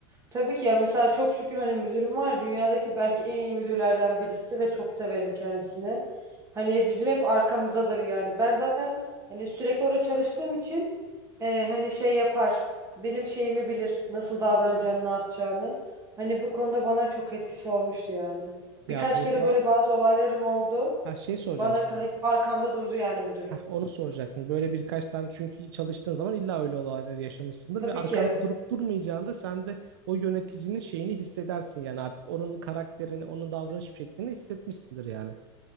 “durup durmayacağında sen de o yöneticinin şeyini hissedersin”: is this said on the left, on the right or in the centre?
Right